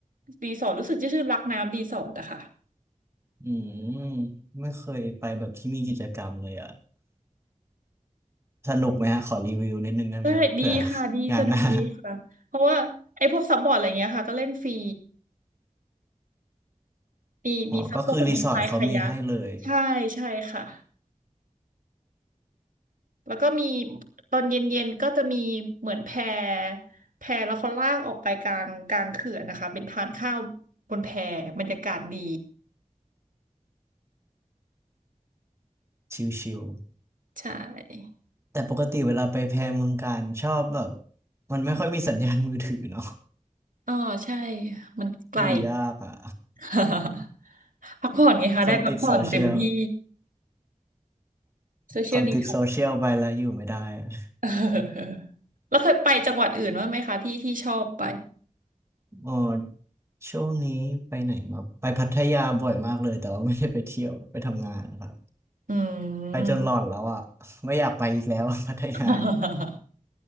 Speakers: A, on the right; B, on the right.
A: รีสอร์ทรู้สึกจะชื่อรักน้ำรีสอร์ทอะค่ะ
B: อืมไม่เคยไปแบบที่มีกิจกรรมเลยอะสนุกไหมฮะขอรีวิวนิดนึงได้ไหมเผื่อ
A: ได้ดีค่ะดีสนุกดีค่ะเพราะว่าไอ้พวกซับบอร์ดอะไรเงี้ยค่ะก็เล่นฟรี
B: <laughs> งานหน้า
A: มีมีซับบอร์ดมีพายคายัก
B: อ๋อก็คือรีสอร์ทเขามีให้เลย
A: ใช่ใช่ค่ะแล้วก็มีตอนเย็นๆก็จะมีเหมือนแพแพแล้วเขาลากออกไปกลางกลางเขื่อนนะคะเป็นทานข้าวบนแพบรรยากาศดี
B: ชิล
A: ใช่
B: แต่ปกติเวลาไปแพรเมืองการชอบแบบมันไม่ค่อยมีสัญญาณมือถือเนาะ
A: อ๋อใช่มันไกล
B: <laughs> อยู่ยากอ่ะ
A: <laughs> พักผ่อนไงคะได้พักผ่อนเต็มที่
B: คนติดโซเชียล
A: โซเชียลดี
B: คนติดโซเชียลไปแล้วอยู่ไม่ได้อะ
A: <laughs> เออแล้วเคยไปจังหวัดอื่นบ้างไหมคะที่ที่ชอบไป
B: อ๋อช่วงนี้ไปไหนมาไปพัทยาบ่อยมากเลยแต่ว่าไม่ได้ไปเที่ยวไปทำงานนะครับ
A: อืม
B: ไปจนหลอนแล้วอ่ะไม่อยากไปอีกแล้ว <laughs> พัทยา
A: <laughs>